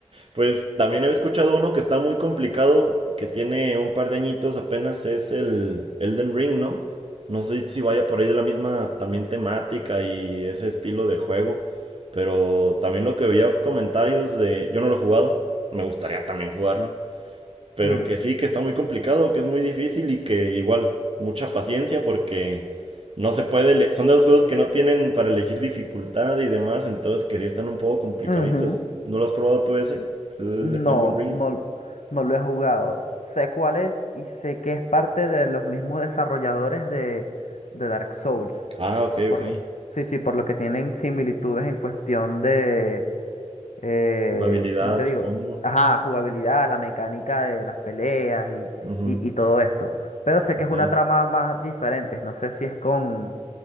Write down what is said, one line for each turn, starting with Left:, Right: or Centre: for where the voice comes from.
Right: pues también había escuchado uno que está muy complicado, que tiene un par de añitos apenas, es el Elden Ring, ¿no? No sé si vaya por ahí de la misma también temática y ese estilo de juego, pero también lo que veía comentarios de, yo no lo he jugado, me gustaría también jugarlo, pero
Left: Mm.
Right: que sí, que está muy complicado, que es muy difícil y que igual, mucha paciencia porque no se puede, ele- son de los juegos que no tienen para elegir dificultad y demás, entonces que sí están un poco complicaditos.
Left: Ujú.
Right: ¿No lo has probado tú ese? El
Left: No,
Right: Elden Ring.
Left: no, no lo he jugado. Sé cuál es y sé que es parte de los mismos desarrolladores de, de Dark Souls.
Right: Ah, ok,
Left: que Por
Right: ok.
Left: lo, sí, sí, por lo que tienen similitudes en cuestión de, eh,
Right: Jugabilidad,
Left: ¿cómo te digo?
Right: supongo.
Left: Ajá, jugabilidad, la mecánica de las peleas y,
Right: Ujú,
Left: y, y todo esto. Pero sé que
Right: ok.
Left: es una trama más diferente. No sé si es con,